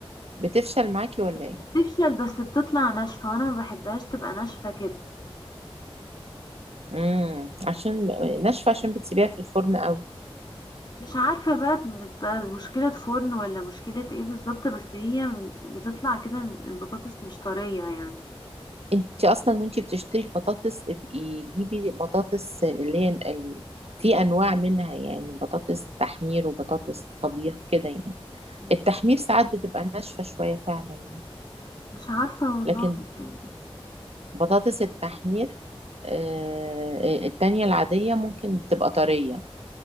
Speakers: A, on the right; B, on the left.
A: بتفشل معاكي ولا
B: مش
A: ايه
B: بتفشل بس بتطلع ناشفة وانا ما بحبهاش تبقى ناشفة كده
A: امم عشان ناشفة عشان بتسيبيها في الفرن قوي
B: مش عارفة بقى بتبقى مشكلة فرن ولا مشكلة ايه بالظبط بس هي بتطلع كده البطاطس مش طرية يعني
A: انت اصلا وانت بتشتري البطاطس ابقي جيبي بطاطس اللي هي ال... في انواع منها يعني بطاطس تحمير وبطاطس طبيخ كده يعني
B: مم.
A: التحمير ساعات بتبقى ناشفة شوية فعلا يعني
B: مش عارفة والله
A: لكن
B: يعني
A: بطاطس التحمير آه، التانية العادية ممكن بتبقى طرية